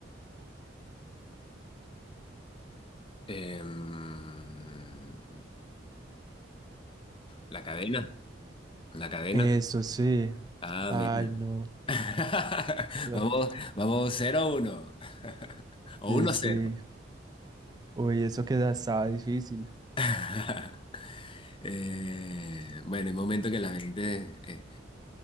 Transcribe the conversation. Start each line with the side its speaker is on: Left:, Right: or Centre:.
Left: Em, la cadena, la cadena.
Right: Eso sí.
Left: Ah,
Right: Ay,
Left: mira.
Right: no.
Left: <laughs>
Right: Pero
Left: Vamos, vamos cero a 1. <laughs> O
Right: Sí,
Left: uno
Right: sí.
Left: a 0.
Right: Uy, eso que estaba difícil.
Left: <laughs> Eh, bueno, hay momentos que la mente eh,